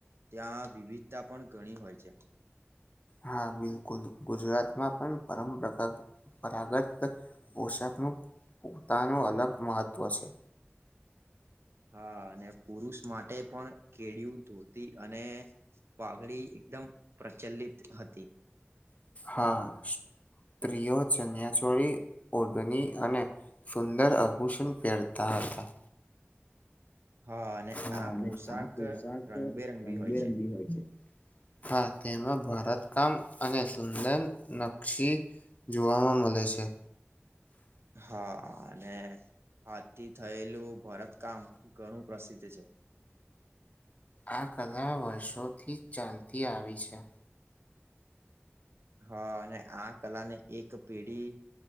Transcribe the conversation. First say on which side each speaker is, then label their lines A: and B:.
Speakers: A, on the right; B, on the left.
A: ત્યાં વિવિધતા પણ ઘણી હોય છે.
B: હા બિલકુલ ગુજરાતમાં પણ પરમપકાર પરાગત પોશાકનું પોતાનું અલગ મહત્ત્વ છે.
A: હા અને પુરુષ માટે પણ કેડિયું ધોતી અને પાઘડી એકદમ પ્રચલિત હતી.
B: હા સ્ત્રીઓ ચન્યાચોળ ઓભની અને સુંદર અભૂષણ પહેરતા હતા
A: હા અને
B: હા
A: આ
B: અને
A: પોશાક
B: આ પોશાક
A: રંગબેરંગી
B: રંગબેરંગી
A: હોય છે
B: હોય છે. હા તેમાં ભરતકામ અને સુંદર નક્ષી જોવામાં મળે છે.
A: હા અને હાથ થી થયેલું ભરતકામ ઘણું પ્રસિદ્ધ છે.
B: આ કલા વર્ષોથી જ ચાલતી આવી છે.
A: હા અને આ કલા ને એક પેઢી